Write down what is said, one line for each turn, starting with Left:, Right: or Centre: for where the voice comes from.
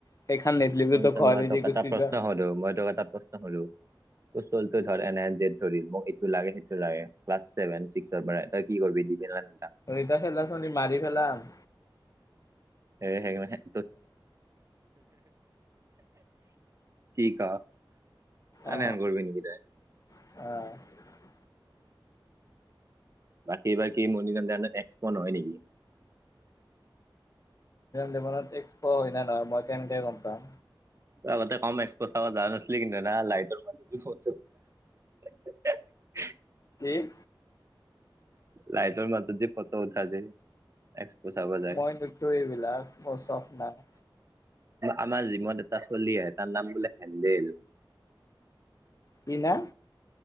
Left: সেইখন নিদিলেতো
Right: শচ
Left: তই ঘৰ
Right: মই
Left: এৰি
Right: ত
Left: গুচি
Right: এটা প্ৰশ্ন
Left: যা
Right: হো মই তোক এটা প্ৰশ্ন হো <unintelligible> ত চলটো ধৰ এনে যে ধৰিল মোক এইটো লাগে সেইটো লাগে ক্লা চছেভেন ছিক্সৰ পৰা তই কি কৰি কৰি দি কে টান
Left: ঐ খেলিল চনি মাৰি মাৰিপেলাম
Right: সে সেনেকে কি ক আনেন
Left: অ
Right: কৰবি নেকি তই <unintelligible>
Left: অ
Right: বাকীবাৰএক্সপ নহয় নেকি <unintelligible>
Left: জনত এক্সপ হয় ন নহয় মই কেনেকে গম পাম
Right: আগতে কম এক্সপ' চাব যা নছিল কিন্তু না লাইটৰ মাজত ফ <unintelligible> <unintelligible>
Left: উম
Right: লাইটৰ মাজত যে ফটো উঠা যে এক্সপ চাব যায়
Left: মই নুঠো এইবিলাক মোৰ চখ নাই
Right: আমাৰ জীৱত এটা চলি আহ তাৰ নাম বোলে হেণ্ন্দেল
Left: কি নাম